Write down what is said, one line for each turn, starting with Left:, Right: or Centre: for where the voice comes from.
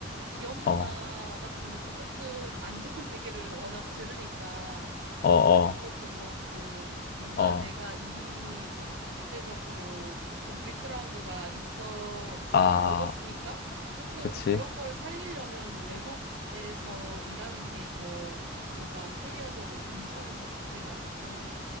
Right: 기업 문화
Left: 어,
Right: 같은 것도 조금 안 <laughs> 좋은 얘기를 워낙 들으니까
Left: 어, 어,
Right: 그런 것도 그렇고 뭔가
Left: 어.
Right: 내가 이미 뭔 국제적으로 조금 백그라운드가 있어,
Left: 아,
Right: 그러니까 얻었으니까 조금
Left: 그치?
Right: 그런 걸 살리려면 외국에서 일하는 게 더 뭔가 캐리어적으로 괜찮을 것 같아가지고